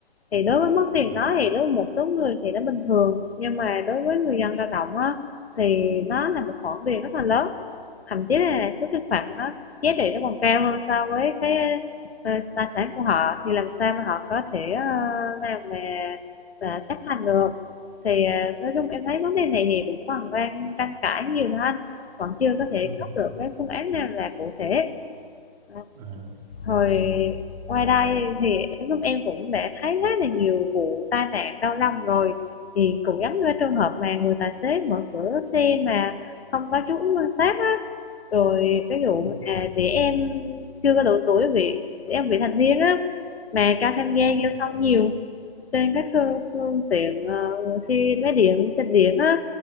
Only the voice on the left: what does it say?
thì đối với mất tiền
đó thì đối với một số người thì nó bình thường nhưng mà đối với người dân lao động á, thì nó là một khoản tiền rất là lớn thậm chí là số tiền phạt nó giá trị nó còn cao hơn so với cái ờ, tài sản của họ thì làm sao mà họ có thể uh, làm mà mà chấp hành được thì ờ, nói chung em thấy vấn đề này thì cũng còn đang tranh cãi nhiều thôi anh vẫn chưa có thể
có được cái phương án nào là cụ thể Ờ,
Hồi qua đây thì lúc em cũng đã thấy khá là nhiều vụ tai nạn đau lòng rồi thì cũng giống như cái trường hợp mà người tài xế mở cửa xe mà không có chú ý quan sát á. Rồi cái vụ
mà trẻ em chưa có đủ tuổi bị trẻ em vị thành niên á mà cho tham gia
giao thông nhiều trên các phương, phương tiện ờ, xe máy điện trên điện á